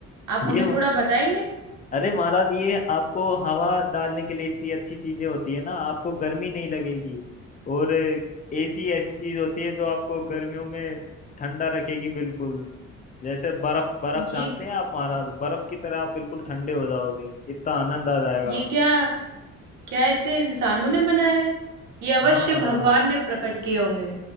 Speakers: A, on the right; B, on the left.
A: आप
B: ये
A: हमें थोड़ा बताएंगे
B: अरे महाराज ये आपको हवा डालने के लिए इतनी अच्छी चीजें होती है ना आपको गर्मी नहीं लगेगी और एसी ऐसी चीज होती है जो आपको गर्मियों में ठंडा रखेगी बिल्कुल जैसे बर्फ बर्फ जानते
A: ये
B: हैं आप महाराज बर्फ की तरह आप बिल्कुल ठंडे हो जाओगे इतना आनंद आ जाएगा
A: ये
B: आपको
A: क्या क्या इसे इंसानों ने बनाया है ये अवश्य
B: हाँ महाराज
A: भगवान ने प्रकट किए होंगे